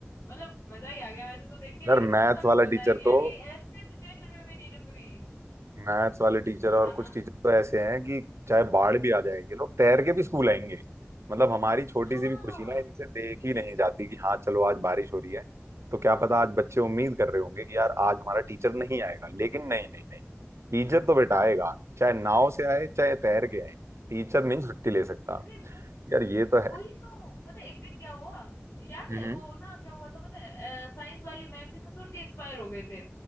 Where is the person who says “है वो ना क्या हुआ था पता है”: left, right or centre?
Left